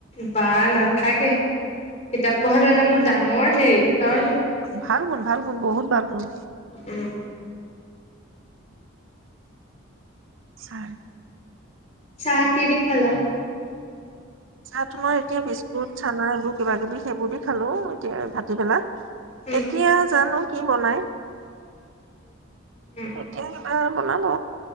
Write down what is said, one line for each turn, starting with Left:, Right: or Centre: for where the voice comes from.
Left: বা নাথাকে, কিতাপ পঢ়াটো এটা বহুত ডাঙৰ হেৰি কাৰণ
Right: ভাল গুণ ভাল গুণ বহুত ভাল গুণ।
Left: উম।
Right: ছাৰ।
Left: চাহ কিহে দি খালা?
Right: চাহ তোমাৰ এতিয়া বিস্কুট, চানা এইবোৰ কিবা কিবি সেইবোৰকে খালোঁ এতিয়া ভাটি পেলা।
Left: উম
Right: এতিয়া জানো কি বনাই।
Left: উম
Right: এতিয়া অ, বনাব।